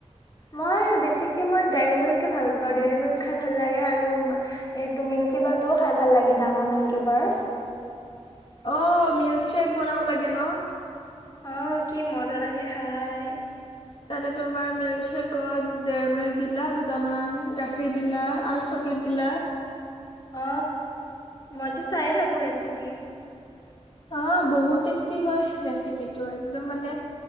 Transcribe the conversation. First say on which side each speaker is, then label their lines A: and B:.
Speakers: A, on the left (about 35°); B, on the left (about 50°).
A: মই বেছিকে মই ডেৰিমিল্কে ভাল পাওঁ ডিৰিমিল্ক খাই ভাল লাগে আৰু এই মিল্কীবাৰটোও খাই ভাল লাগে ডাঙৰ মিল্কীবাৰ।
B: অ মিল্কশ্বেক বনাব লাগে ন।
A: অহ কি মজা লাগে খাই।
B: তাতে তোমাৰ মিল্কশ্বেকত ডেৰিমীল্ক দিলা দুটামান গাখীৰ দিলা আৰু চকলেট দিলা।
A: অ মইতো চায়ে থাকো ৰেচিপি।
B: অ বহুত টেষ্টি হয় ৰেচিপিটো একদম মানে